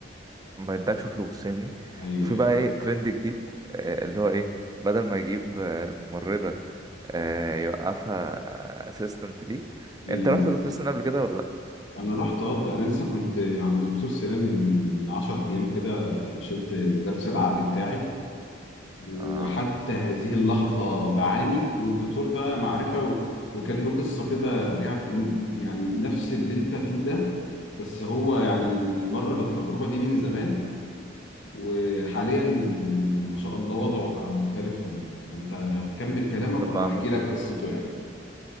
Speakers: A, on the right (about 20°); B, on the left (about 85°).
A: ما يدكش فلوس فاهمني
B: ايوه
A: في
B: ايوه
A: بقى ايه ترند جديد آه، اللي هو ايه بدل ما يجيب آه، ممرضة آه، يوقفها اسيستنت ليه
B: امم
A: انت رحت دكتور سنان قبل كده ولا لا
B: انا رحت اه ده انا لسه كنت عند دكتور سنان من 10 ايام كده آه، شلت الضرس العقلي بتاعي وحتى
A: اه
B: هذه اللحظه بعاني والدكتور ده معرفه و... وكان له قصه كده ليها- يعني نفس اللي انت فيه ده بس هو يعني مر بالتجربه دي من زمان وحاليا آه، ما شاء الله وضعه بقى مختلف تماما فانت كمل كلامك
A: طب
B: وانا
A: ما
B: هحكي
A: ما-
B: لك قصته يعني